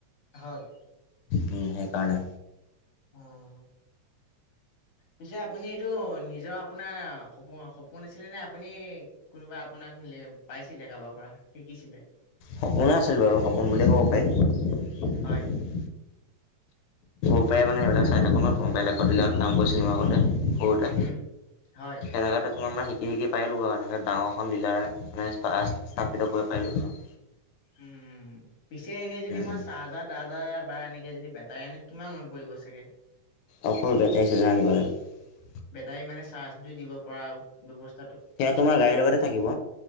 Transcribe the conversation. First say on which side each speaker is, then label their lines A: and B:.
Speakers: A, on the left; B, on the left.
A: হয়।
B: উম, সেইকাৰণে
A: উম, পিছে আপুনি এইটো নিজৰ আপোনাৰ সপোন সপোন আছিলে নে আপুনি কোনোবা আপোনাৰ পাইছিলে কাৰোবাৰ পৰা শিকিছিলে?
B: সপোনে আছিল বাৰু সপোন বুলিয়ে ক'ব পাৰি।
A: হয়
B: উপায় মানে সেইবিলাক চাই থাকক নত বেলেত দিলাত কাম কৰিছিলো আগতে কৰো'টে
A: উম হয়
B: সেইনেকা তাত তোমাৰ মানে শিকি শিকি পাৰিলোঁ বাৰু এনেকৈ ডাঙৰখন জিলাৰ মানে স্থাপিত কৰি পাৰিলোঁ ধৰ।
A: উম, পিছে এনে যদি মই
B: উম,
A: চাজা যাহ তাহজাহ <unintelligible> বা এনেকে যদি বেটাই আনে কিমান মন পৰিব চাগে।
B: অকল বেটাৰি চাজাৰ আনিবা লাগিব।
A: বেটাৰী মানে চাৰ্জো দিব পৰা ব্যৱস্থাৰ
B: সেয়া তোমাৰ গাড়ী লগতে থাকিব।